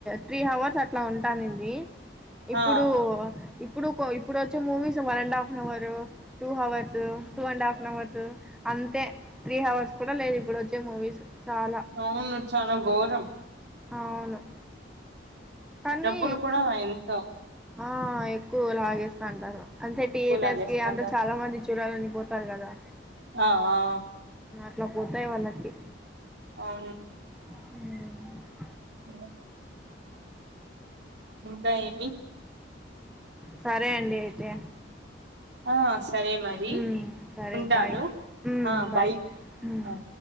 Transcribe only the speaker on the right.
ఆ
అవును చాలా గోరం
డబ్బులు కూడా ఎంతో
ఎక్కువ
లాగేస్తాంటారు
ఆ ఆ
అవును
ఊ ఇంకా ఏమి
ఆస్ సరే మరి
ఉంటాను
ఆ బై
అ